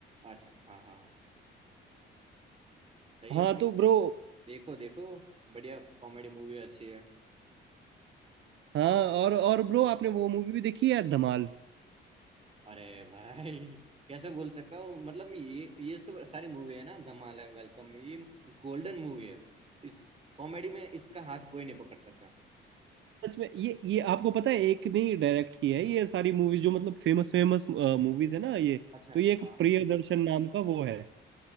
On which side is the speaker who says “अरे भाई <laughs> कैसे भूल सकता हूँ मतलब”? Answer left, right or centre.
Right